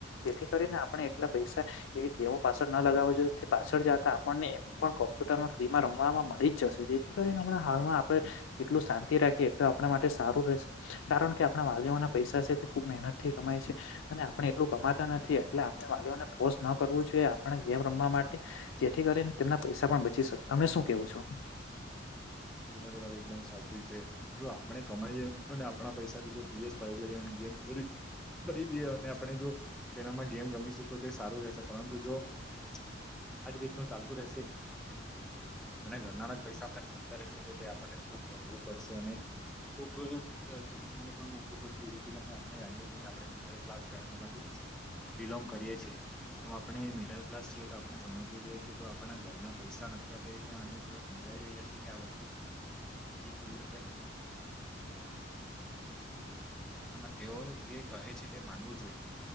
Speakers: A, on the left; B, in the centre.
A: જેથી કરીને આ પણ એટલા પૈસા એવી ગેમો પાછળ ન લગાવવા જો પાછળ જતા આપણને એમ પણ કોમ્પ્યુટરમાં ફ્રીમાં રમવામાં મળી જ જશે જેથી કરીને હમણાં હાલમાં આપણે એટલું શાંતિ રાખીએ તો આપણા માટે સારું રહેશે કારણ કે આપણા વાલીઓના પૈસા છે તે ખૂબ મહેનત થી કમાય છે અને આપણે એટલું કમાતા નથી એટલે આપણે વાલીઓને ફોર્સ ન કરવું જોઈએ આપણે ગેમ રમવા માટે જેથી કરીને તેમના પૈસા પણ બચી શકે. તમે શું કેવું છો?
B: તમારી વાત એકદમ સાચી છે જો આપણે કમાઈ જ ને આપણા પૈસાથી જો પી એસ ફાઇ લઈએ મજબુરી કરી દિયેને આપણે જો તેનામાં ગેમ રમીશું તો તે સારું રહેશે પરંતુ જો આજ રીતનું ચાલતું રેહશે અને ઘરના ના જ પૈસા આપણે ખ કરતા રહેશું તો તે આપણને ખુબ મોંઘુ પડશે અને <unintelligible> આપણે જાણીએ છીએ કે આપડે મિડલ ક્લાસ ફેમિલી માંથી બિલોંગ કરીએ છીણે એમ આપણે મિડલ ક્લાસ છીએ તો આપણે સમજવું જોઈએ કે જો આપણા ઘરના પૈસા નથી આપી રહ્યા અને જે સમજાઈ રહ્યા છે. કે આ વસ્તુ <unintelligible> આમા તેઓ જે કહે છે તે માનવું જોઈએ.